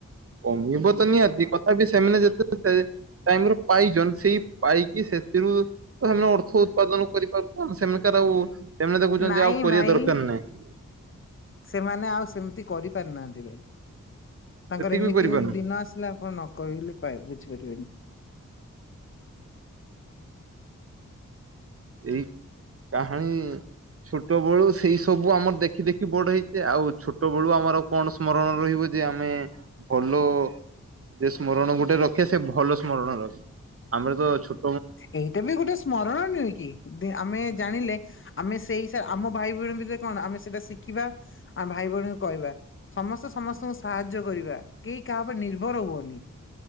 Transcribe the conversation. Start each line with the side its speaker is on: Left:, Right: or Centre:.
Right: କମିବ ତ ନିହାତି କଥାପି ସେମାନେ ଯେତେ ସେ ଟାଇମ ର ପାଇଚନ ସେଇ ପାଇକି ସେଥିରୁ ତ ସେମାନେ ଅର୍ଥ ଉତ୍ପାଦନ କରିପାରୁଛନ୍ତି, ସେମିଙ୍କାର ଆଉ ସେମାନେ ଦେଖୁଛନ୍ତି
Left: ନାଇଁ
Right: ଆଉ କରିଆ
Left: ଭାଇ
Right: ଦରକାର ନାହିଁ।
Left: ସେମାନେ ଆଉ ସେମିତି କରିପାରିନାହାନ୍ତି ଭାଇ। ତାଙ୍କର
Right: ସେତିକି
Left: ଏମିତି
Right: ବି କରିପାରୁନୁ
Left: ଏମିତି ଦିନ ଆସିଲା, ଆପଣ ନ କହିଲେ ପା ବୁଝିପାରିବେନି।
Right: ଏଇ କାହାଣୀ ଛୋଟ ବେଳୁ ସେଇ ସବୁ ଆମର ଦେଖି ଦେଖି ବଡ ହେଇଛେ ଆଉ ଛୋଟ ବେଳୁ ଆମର କଣ ସ୍ମରଣ ରହିବ ଯେ? ଆମେ ଭଲ ଯେ ସ୍ମରଣ ଗୋଟେ ରଖିବା ସେ ଭଲ ସ୍ମରଣ ରଖେ ଆମର ତ ଛ
Left: ଏଇଟା ବି ଗୋଟେ ସ୍ମରଣ ନୁହେଁ କି? ଦି ଆମେ ଜାଣିଲେ ଆମେ ସେଇ ସା ଆମ ଭାଇ ଭଉଣୀ ଭିତରେ କଣ ଆମେ ସେଇଟା ଶିଖିବା। ଆମ ଭାଇ ଭଉଣୀଙ୍କୁ କହିବା। ସମସ୍ତେ ସମସ୍ତଙ୍କୁ ସାହାଯ୍ୟ କରିବା କେଇ କାହା ଉପରେ ନିର୍ଭର ହୁଅନି।